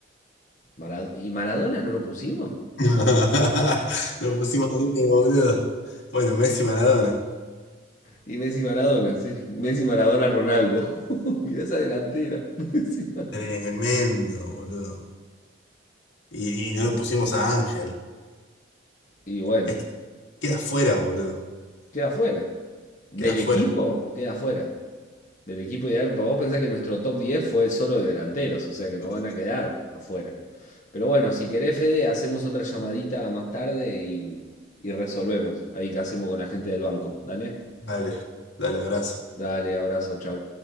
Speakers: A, on the left; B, on the left.
A: Mara- ¿Y Maradona no lo pusimos?
B: <laughs> Lo pusimos ahí, boludo. Bueno, Messi Maradona.
A: Y Messi Maradona, sí. Messi Maradona Ronaldo. <laughs> Mirá esa delantera. <laughs> Messi, Mar-
B: Tremendo, boludo. Y, y no lo pusimos a Ángel.
A: y bueno,
B: Es que queda afuera, boludo.
A: queda fuera. Del
B: Queda afuera.
A: equipo, queda fuera. del equipo ideal. Vos pensás que nuestro top 10 fue solo de delanteros, o sea que nos van a quedar afuera. Pero bueno, si querés, Fede, hacemos otra llamadita más tarde y, y resolvemos ahí qué hacemos con la gente del banco. Dale,
B: Dale, dale, abrazo.
A: dale, abrazo, chau.